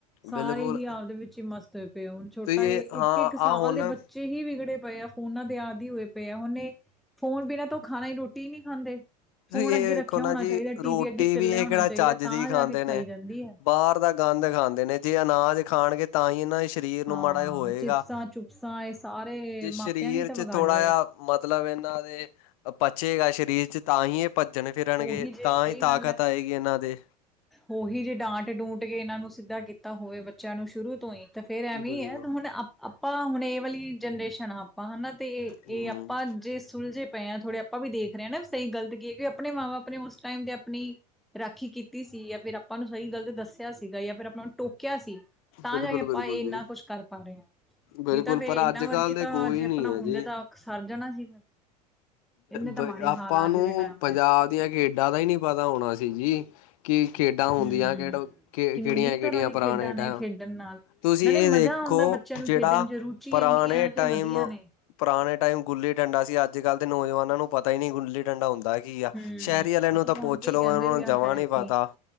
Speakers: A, in the centre; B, on the left (about 55°).
A: ਸਾਰੇ
B: ਬਿਲਕੁਲ
A: ਹੀ ਆਪਦੇ ਵਿੱਚ ਹੀ ਮਸਤ ਹੋਏ ਪਏ। ਹੁਣ ਛੋਟਾ
B: ਤੁਸੀਂ
A: ਇਹ
B: ਹਾਂ
A: ਇੱਕ-ਇੱਕ ਸਾਲ
B: ਆਹ ਹੁਣ
A: ਦੇ ਬੱਚੇ ਬੱਚੇ ਹੀ ਵਿਗੜੇ ਪਏ ਆ। ਫੋਨਾਂ ਦੇ ਆਦੀ ਹੀ ਹੋਏ ਪਏ ਆ। ਹੁਣ ਇਹ ਫੋਨ ਬਿਨਾਂ ਤੋਂ ਖਾਣੇ ਰੋਟੀ ਹੀ ਨਹੀ ਖਾਂਦੇ
B: ਤੁਸੀਂ
A: ਫ਼ੋਨ
B: ਇਹ
A: ਅੱਗੇ ਰੱਖਿਆ
B: ਵੇਖੋ ਨਾ
A: ਹੋਣਾ
B: ਜੀ
A: ਚਾਹੀਦਾ। ਟੀ
B: ਰੋਟੀ
A: ਵੀ ਅੱਗੇ ਚੱਲਿਆ
B: ਇਹ
A: ਹੋਣਾ
B: ਕਿਹੜਾ
A: ਚਾਹੀਦਾ।
B: ਚੱਜ
A: ਤਾਂ
B: ਦੀ ਖਾਂਦੇ
A: ਜਾ ਕੇ
B: ਨੇ
A: ਖਾਈ ਜਾਂਦੀ ਹੈ।
B: ਬਾਹਰ ਦਾ ਗੰਦ ਖਾਂਦੇ ਨੇ। ਜੇ ਅਨਾਜ ਖਾਣਗੇ। ਤਾਂ ਹੀ ਇਹਨਾਂ ਸਰੀਰ ਨੂੰ
A: ਹਾਂ
B: ਮਾੜਾ ਹੋਏਗਾ।
A: ਚਿਪਸਾਂ ਚੁਪਸਾਂ ਇਹ ਸਾਰੇ
B: ਜੇ
A: ਮਾਪਿਆਂ
B: ਸਰੀਰ
A: ਨੇ ਤਾਂ
B: 'ਚ
A: ਵਿਗਾੜਿਆ
B: ਥੋੜ੍ਹਾ ਜਿਹਾ
A: ਹੈ।
B: ਮਤਲਬ ਇਹਨਾਂ ਦੇ ਪਚੇਗਾ ਸਰੀਰ 'ਚ ਤਾਂ ਹੀ ਭੱਜਣ ਫਿਰਨਗੇ
A: ਉਹੀ ਜੇ
B: ਤਾਂ
A: ਸਹੀ
B: ਹੀ ਤਾਕਤ
A: ਗੱਲ ਹੈ
B: ਆਏਗੀ। ਇਹਨਾਂ ਦੇ
A: ਉਹੀ ਜੇ ਡਾਂਟ ਡੂੰਟ ਕੇ ਇਹਨਾਂ ਨੂੰ ਸਿੱਧਾ ਕੀਤਾ ਹੋਵੇ। ਬੱਚਿਆਂ ਨੂੰ ਸ਼ੁਰੂ ਤੋਂ ਹੀ ਤੇ ਫੇਰ ਐਵੇਂ
B: ਬਿਲਕੁਲ
A: ਆ, ਹੁਣ ਆਪਾਂ ਹੁਣ ਇਹ ਵਾਲੀ ਜਨਰੇਸ਼ਨ ਆਪਾਂ ਹਨਾ ਤੇ ਇਹ
B: ਹਮ
A: ਆਪਾਂ ਜੇ ਸੁਲਝੇ ਪਏ ਹਾਂ। ਥੋੜੇ ਆਪਾਂ ਵੀ ਦੇਖ ਰਹੇ ਹਾਂ। ਨਾ ਸਹੀ ਗਲਤ ਕੀ ਹੈ। ਕਿ ਆਪਣੇ ਮਾਂ ਬਾਪ ਨੇ ਉਸ ਟਾਈਮ ਦੇ ਆਪਣੀ ਰਾਖੀ ਕੀਤੀ ਸੀ। ਜਾਂ ਫਿਰ ਆਪਾਂ ਨੂੰ ਸਹੀ ਗੱਲਤ ਦੱਸਿਆ ਸੀਗਾ। ਜਾਂ ਫਿਰ ਆਪਾਂ ਨੂੰ ਟੋਕਿਆ ਸੀ। ਤਾਂ
B: ਬਿਲਕੁਲ
A: ਜਾ ਕੇ ਆਪਾਂ
B: ਬਿਲਕੁਲ
A: ਇੰਨਾ
B: ਜੀ
A: ਕੁੱਛ ਕਰ ਪਾ ਰਹੇ ਹਾਂ।
B: ਬਿਲਕੁਲ
A: ਨਹੀਂ ਤਾਂ ਫੇਰ
B: ਪਰ
A: ਇਹਨਾਂ
B: ਅੱਜ ਕੱਲ੍ਹ
A: ਵਰਗੇ
B: ਦੇ
A: ਤਾਂ
B: ਕੋਈ
A: ਜੇ ਆਪਣਾ
B: ਨਹੀਂ ਹੈ
A: ਹੁੰਦੇ
B: ਜੀ
A: ਤਾਂ ਸਰ ਜਾਣਾ ਸੀ। ਫਿਰ ਇੰਨੇ ਤਾਂ
B: ਬ
A: ਮਾੜੇ
B: ਆਪਾਂ
A: ਹਾਲ ਆ ਅੱਜ
B: ਨੂੰ
A: ਦੇ ਟਾਈਮ
B: ਪੰਜਾਬ
A: ਦੇ
B: ਦੀਆਂ ਖੇਡਾਂ ਦਾ ਹੀ ਨੀ ਪਤਾ ਹੋਣਾ ਸੀ। ਜੀ ਕੀ ਖੇਡਾਂ ਹੁੰਦੀਆਂ।
A: ਹੂੰ,
B: ਕਿਹਡੋ ਕਿ
A: ਕਿੰਨੀ
B: ਕਿਹੜੀਆ-ਕਿਹੜੀਆਂ
A: ਤਰ੍ਹਾਂ ਦੀ
B: ਪੁਰਾਣੇ
A: ਖੇਡਾਂ
B: ਟਾਈਮ
A: ਨੇ ਖੇਡਣ ਨਾਲ
B: ਤੁਸੀਂ
A: ਨਾਲੇ
B: ਇਹ
A: ਮਜ਼ਾ
B: ਦੇਖੋ।
A: ਆਉਂਦਾ ਬੱਚਿਆਂ ਨੂੰ
B: ਜਿਹੜਾ
A: ਖੇਡਣ ਚ ਰੁਚੀ
B: ਪੁਰਾਣੇ
A: ਇੰਨੀਆਂ ਨੇ
B: ਟਾਈਮ
A: ਵਧੀਆ ਨੇ।
B: ਪੁਰਾਣੇ ਟਾਈਮ ਗੁੱਲੀ ਡੰਡਾ ਸੀ। ਅੱਜ ਕੱਲ ਦੇ ਨੌਜਵਾਨਾਂ ਨੂੰ ਪਤਾ ਹੀ ਨੀ ਗੁੱਲੀ ਡੰਡਾ ਹੁੰਦਾ ਹੈ। ਕੀ ਆ
A: ਹੂੰ,
B: ਸ਼ਹਿਰੀ ਵਾਲਿਆਂ
A: ਉਹ
B: ਨੂੰ ਤਾਂ
A: ਸੁਣ
B: ਪੁੱਛ
A: ਕੇ
B: ਲੋਓ।
A: ਹੀ ਕਹਿੰਦੇ
B: ਉਹਨਾਂ
A: ਵੀ
B: ਨੂੰ
A: ਆ
B: ਜਮਾਂ
A: ਹੈ
B: ਨੀ
A: ਕੀ।
B: ਪਤਾ।